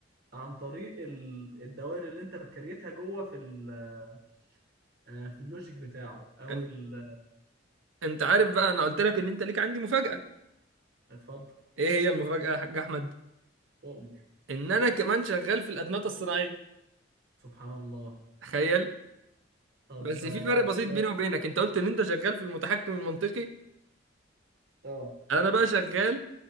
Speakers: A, on the right; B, on the right.
A: عن طريق ال- الدوائر اللي انت بتكريتها جوه في ال- آه، في اللوجيك بتاعه او
B: انت
A: ال-
B: انت عارف بقى انا قلت لك ان انت ليك عندي مفاجاه
A: اتفضل
B: ايه هي المفاجاه يا حاج احمد
A: اؤمر
B: ان انا كمان شغال في الادمغه الصناعيه
A: سبحان الله
B: تخيل
A: طب
B: بس في
A: آه،
B: فرق
A: بس
B: بسيط بيني وبينك انت قلت ان انت شغال في المتحكم المنطقي
A: اه
B: انا بقى شغال